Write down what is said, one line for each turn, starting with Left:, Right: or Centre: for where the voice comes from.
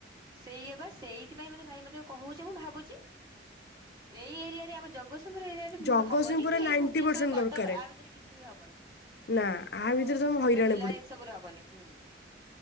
Right: ସେଇ ଏବା ସେଇଥିପାଇ ମତେ ଭାଇ ମତେ କହୁଛି ମୁଁ ଭାବୁଛି। ଏଇ ଏରିଆ ରେ ଆମ ଜଗତ ସିଂହପୁର ଏରିଆରେ
Left: ଜଗତସିଂହପୁର
Right: ହବନି କି
Left: ରେ
Right: ଏଇ
Left: ନାଇଣ୍ଟି
Right: ଭୁବନେଶୂର
Left: ପରସେଣ୍ଟ
Right: କଟକ
Left: ଦରକାର
Right: ଏହା ଭିତରେ କିଛି ବି ହବନି।
Left: ନା
Right: ଆମର
Left: ଆ ଭିତରେ ତମେ
Right: ଖୋର୍ଦ୍ଧା
Left: ହଇରାଣ
Right: ଜିଲ୍ଲା ଏସବୁରେ ହବନିୁଁ ହୁଁ।